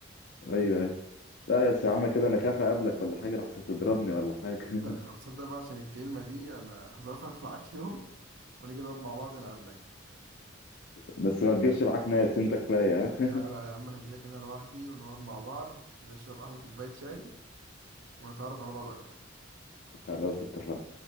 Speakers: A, on the left (about 55°); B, on the right (about 75°).
A: ايوه ايوه لا يا سي عم كده انا خاف اقابلك ولا حاجة لحسن تضربني ولا حاجة <laughs>
B: لا طب تصدق بقى عشان الكلمة دي انا <laughs> هظبط معاك يوم ونيجي نقعد مع بعض نقابلك
A: بس ما تجيبش معاك ناس انت كفاية ها؟
B: لا لا يا عم انا هجيلك انا لوحدي ونقعد مع بعض نشرب احلى كوباية شاي ونتعرف على بعض اكتر
A: <laughs> خلاص اتفقنا